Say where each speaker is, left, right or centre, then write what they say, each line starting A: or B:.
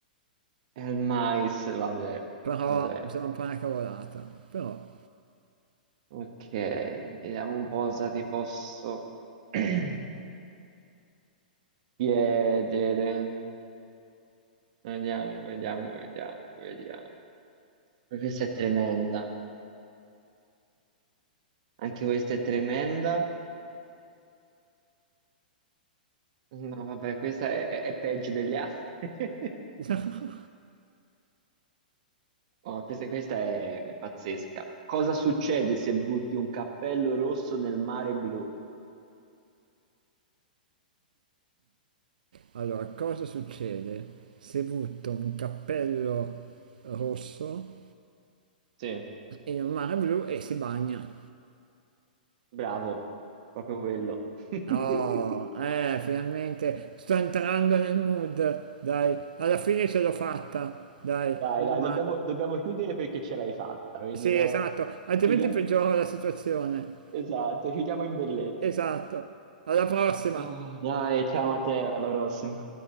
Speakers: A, on the right (about 50°); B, on the right (about 65°).
A: è il mais, vabbè,
B: però
A: vabbè.
B: mi sembra un po' una cavolata. Però,
A: Ok, vediamo un po' cosa ti posso <clears throat> chiedere. Vediamo, vediamo, vediamo, vediamo. Questa è tremenda. Anche questa è tremenda. No, vabbè, questa è, è- è peggio delle altre. <laughs>
B: <laughs>
A: Oh, questa, questa è pazzesca. Cosa succede se butti un cappello rosso nel mare blu?
B: allora, cosa succede se butto un cappello rosso
A: Sì,
B: in un mare blu e si bagna?
A: bravo, proprio quello. <laughs>
B: Oh, eh, finalmente sto entrando nel mood, dai, alla fine ce l'ho fatta, dai,
A: Dai,
B: meno
A: dai,
B: male.
A: dobbiamo, dobbiamo chiudere perché ce l'hai fatta, quindi
B: Sì,
A: no.
B: esatto, altrimenti
A: Chiudia-
B: peggioravo la situazione.
A: Esatto, chiudiamo in bellezza.
B: Esatto, alla prossima.
A: Ah, dai, ciao Matteo, alla prossima.